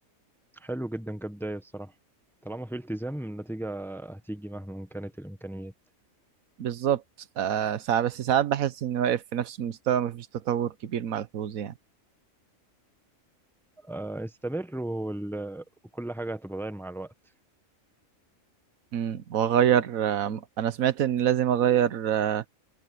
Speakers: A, in the centre; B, on the right.
A: حلو جدا كبداية الصراحة طالما في التزام النتيجة هتيجي مهما كانت الإمكانيات
B: بالظبط آه ساعات بس ساعات بحس إني واقف في نفس المستوى مفيش تطور كبير ملحوظ يعني
A: آه، استمر وال... وكل حاجة هتتغير مع الوقت
B: امم وأغير آه م- أنا سمعت إن لازم أغير آه